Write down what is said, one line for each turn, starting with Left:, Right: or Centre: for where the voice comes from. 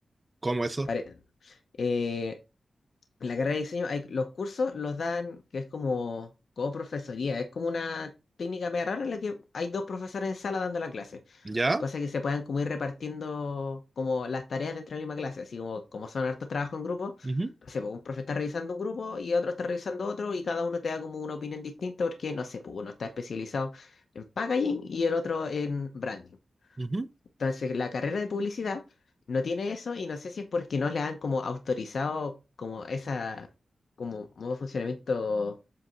Right: ¿Cómo eso?
Left: Pare- eh, en la carrera de diseño hay, los cursos los dan, que es como coprofesoría, es como una técnica media rara en la que hay dos profesores en sala dando la clase.
Right: ¿Ya?
Left: Cosa que se puedan como ir repartiendo como las tareas dentro de la misma clase, así como, como son hartos trabajos en grupo,
Right: Ujú,
Left: no sé, pues, un profe está revisando un grupo y otro está revisando otro y cada uno te da como una opinión distinta porque, no sé, pues uno está especializado en packaging y el otro en branding.
Right: ujú,
Left: Entonces, la carrera de publicidad no tiene eso y no sé si es porque no le han como autorizado como esa, como modo de funcionamiento